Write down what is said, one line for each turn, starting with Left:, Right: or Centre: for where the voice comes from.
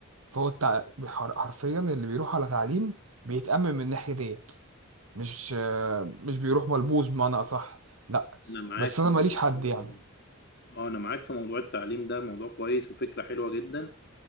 Right: فهو التع- حر- حرفيا اللي بيروح على تعليم بيتأمن من الناحية ديت مش مش بيروح ملبوس بمعنى اصح لا
Left: انا معاك
Right: بس
Left: في
Right: انا ماليش
Left: موضوع
Right: حد يعني
Left: اه انا معاك في موضوع التعليم ده موضوع كويس وفكره حلوه جدا